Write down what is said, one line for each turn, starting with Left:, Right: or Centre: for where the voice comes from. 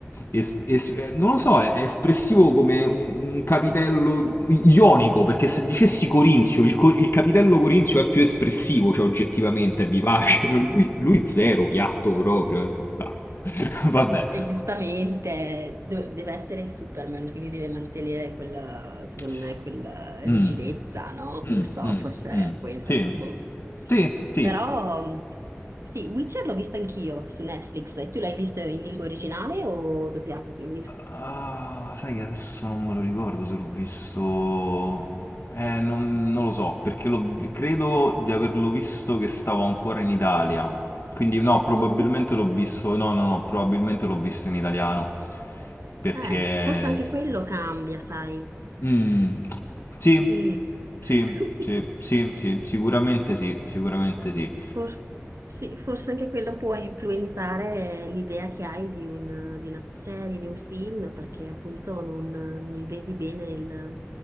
Left: es- es- eh, non lo so, è, è espressivo come un, un capitello i- ionico, perché se dicessi corinzio, il, co- il capitello corinzio è più espressivo, cioè oggettivamente, è vivace, no, lui, lui zero, piatto proprio, nel sen- no. <laughs> Vabbè.
Right: E giustamente do- deve essere Superman, quindi deve mantenere quella, secondo
Left: Sì.
Right: me, quella rigidezza,
Left: Mm.
Right: no? Non
Left: Mm,
Right: so,
Left: mm,
Right: forse
Left: mm.
Right: è quello.
Left: Sì,
Right: Boh.
Left: sì, sì,
Right: Però sì, Witcher l'ho visto anch'io su Netflix. E tu l'hai visto in lingua originale o doppiato, quindi?
Left: Ah, sai che adesso non me lo ricordo se l'ho visto. Eh, non, non lo so, perché l'ho vi- credo di averlo visto che stavo ancora in Italia. Quindi no, probabilmente
Right: Mhm.
Left: l'ho visto. No, no, no, probabilmente l'ho visto in italiano. Perché.
Right: Eh, forse anche quello cambia, sai.
Left: Mm, sì,
Right: Mm.
Left: sì,
Right: <laughs>
Left: sì, sì, sì, sicuramente sì, sicuramente sì.
Right: For- sì, forse anche quello può influenzare l'idea che hai di, un- di una serie, di un film, perché appunto non, non vedi bene il-